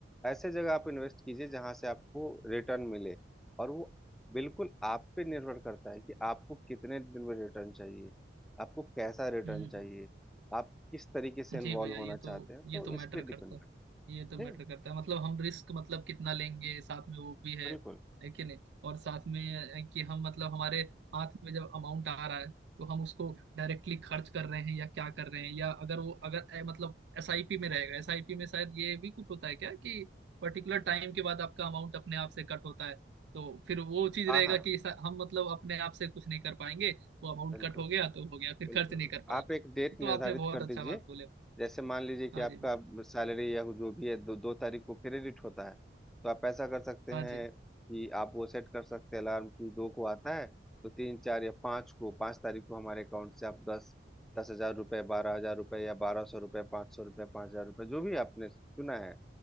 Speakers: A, in the centre; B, on the right (about 75°).
A: ऐसे जगह आप इन्वेस्ट कीजिए जहां से आपको रिटर्न मिले और वो बिल्कुल आप पे निर्भर करता है कि आपको कितने दिन में रिटर्न चाहिए आपको कैसा रिटर्न
B: हम्म हम्म।
A: चाहिए आप किस तरीके से इन्वॉल्व
B: जी भैया
A: होना
B: ये
A: चाहते
B: तो
A: हैं
B: ये
A: तो
B: तो मैटर
A: इस पे डिपेंड
B: करता है
A: करता
B: ये तो मैटर
A: है जी
B: करता है मतलब हम रिस्क मतलब कितना लेंगे साथ में वो भी है
A: बिल्कुल
B: है कि नहीं और साथ में है कि हम मतलब हमारे हाथ में जब अमाउंट आ रहा है तो हम उसको डायरेक्टली खर्च कर रहे हैं या क्या कर रहे हैं या अगर वो अगर ए, मतलब एसआईपी में रहेगा एसआईपी में शायद ये भी कुछ होता है क्या कि पर्टिकुलर टाइम के बाद आपका अमाउंट अपने आप से कट होता है तो फिर वो चीज
A: हाँ
B: रहेगा
A: हाँ
B: कि ऐसा- हम मतलब अपने आप से कुछ नहीं कर पाएंगे वो अमाउंट
A: बिल्कुल
B: कट हो गया तो हो गया फिर
A: बिल्कुल
B: खर्च नहीं
A: बिल्कुल
B: कर पाएंगे
A: आप एक डेट
B: तो
A: निर्धारित
B: आपने बहुत
A: कर
B: अच्छा
A: दीजिए
B: बात बोले
A: जैसे मान लीजिए कि
B: हाँ
A: आपका
B: जी भैया
A: सैलरी या जो भी है दो दो तारीख को क्रेडिट होता है तो आप ऐसा कर सकते
B: हाँ
A: हैं
B: जी
A: कि आप वो सेट कर सकते हैं अलार्म की दो को आता है तो तीन चार या पाँच को पाँच तारीख को हमारे अकाउंट से आप दस दस हजार रुपये बारह हजार रुपये या बारह सौ रुपये पाँच सौ रुपये पाँच हजार रुपये जो भी आपने चुना है